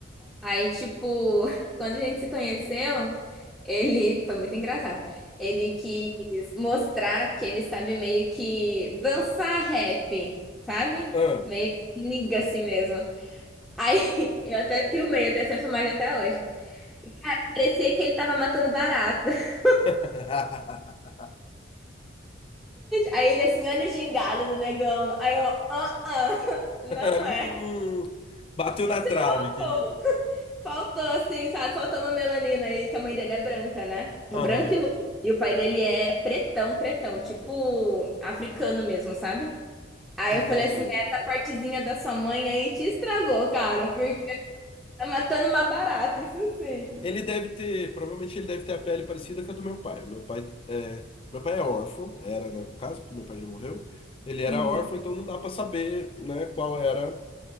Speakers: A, in the centre; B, on the left.
A: aí, tipo, <laughs> quando a gente se conheceu, ele foi muito engraçado. Ele quis mostrar que ele sabe meio que dançar rap, sabe?
B: Ah.
A: Meio que niga assim mesmo. Aí <laughs> eu até filmei, eu tenho essa filmagem até hoje. E, cara, parecia que ele tava matando barata. <laughs>
B: <laughs>
A: Aí ele assim, olha o gingado do negão. Aí eu, ah, ah, <laughs> não
B: Hum,
A: é.
B: bateu na
A: Você
B: trave,
A: faltou.
B: querido.
A: <laughs> Faltou, assim, sabe? Faltou uma melanina aí, que a mãe dele é branca, né? É
B: Aham.
A: branca e loira. E o pai dele é pretão, pretão, tipo africano mesmo, sabe? Aí
B: Entendi.
A: eu falei assim, essa partezinha da sua mãe aí te estragou, cara, porque tá matando uma barata, isso sim.
B: Ele deve ter, provavelmente ele deve ter a pele parecida com a do meu pai. O meu pai é, meu pai é órfão, era né, no caso, porque meu pai já morreu. Ele era
A: Uhum.
B: órfão, então não dá para saber, né, qual era.